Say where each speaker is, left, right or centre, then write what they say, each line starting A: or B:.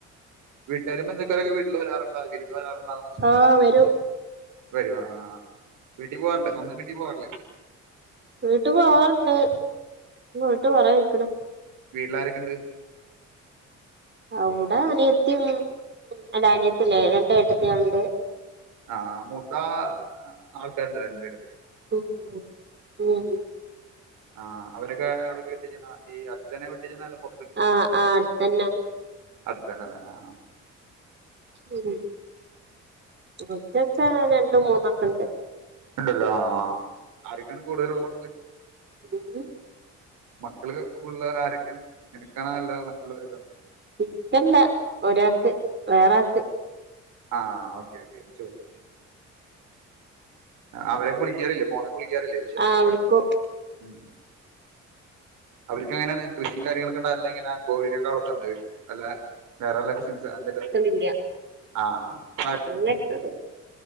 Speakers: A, on the right; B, on the right.
A: വീട്ടാരും ബന്ധുക്കലൊക്കെ വീട്ടിൽ വരാറുണ്ടാ വിരുന്ന് വരാറുണ്ടാനൊച്ച്
B: ആഹ് വരും
A: വരുവാ ആഹ് ആഹ് ആഹ് വീട്ടി പുവാറ്ല്ലേ സ്വന്തം വീട്ടി പോവാറ്ല്ലേ
B: വീട്ട് പോവാറ്ണ്ട് മ്പോയിട്ട് കൊറേ ആയ്ക്ക്ണ്
A: വീട്ട്ലാരക്കെണ്ട്
B: അഉടെ അനിയത്തിം അല്ല അനിയത്തിയല്ല രണ്ട് ഏട്ടത്ത്യേൾണ്ട്
A: ആഹ് മൂത്ത ആൾക്കാര്ണ്ട് വര്ണ്ട്യരു
B: ഉം ഉം
A: ആഹ് അവരൊക്കെ എവ്ട്ക്കാ കെട്ടിച്ച്ണ ഈ അട്ത്തനെ വെട്ടിച്ച്ണാല്ലെ പൊ
B: ആഹ് ആഹ് അട്ത്തന്നെ
A: അട്ത്തന്നല്ലെ ആഹ്
B: ഉം ഉറ്റൊക്കെ രണ്ടും മൂന്നൊക്കണ്ട്
A: ഇല്ലല്ലോ ആഹ് ആര്ക്കാണ് കൂടുതലുള്ള മക്ള്
B: ഉം
A: മക്കള് കൂൾളെള ആരൊക്കെണ് നിനക്കാണാ അല്ല മറ്റുള്ളവരെ കാണോ
B: ഇക്കല്ല ഒരാക്ക് വേറാക്ക്
A: ആഹ് ഓക്യേ ഓക്യേ ആചോയ്ച് അവരൊക്ക വിളിക്യാറില്ലേ ഫോണൊക്കെ വിളിക്യാറില്ലേ വിശേങ്ങളൊകൊൽ
B: ആഹ് വിളിക്കും
A: ഉം അവര്ക്കെങ്ങനാണ് കൃഷികാര്യങ്ങള് ക്ക്ടെല്ലങ്ങനെ കോഴിനെക്കെ വളർത്ത ന്നത് അല്ല വേറെവല്ല ബിസിൻസ് അന്തേലും
B: ഇല്ല്യ
A: ആഹ്
B: അങ്ങട്ട്ടും